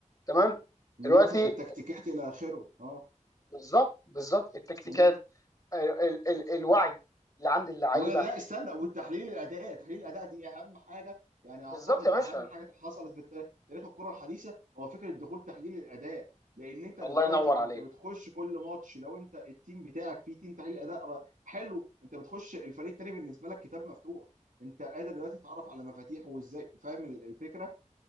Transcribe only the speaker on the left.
تمام
دلوقتي
بالظبط بالظبط التكتيكات
ال ال ال الوعي اللي عند اللعيبه
بالظبط
يا باشا
الله ينور عليك